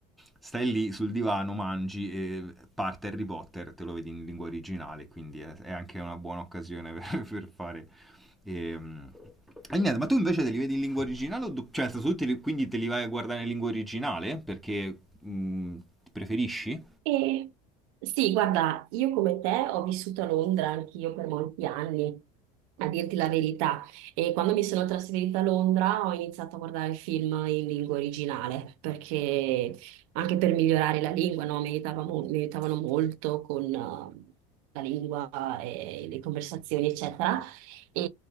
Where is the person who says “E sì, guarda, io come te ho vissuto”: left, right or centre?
Right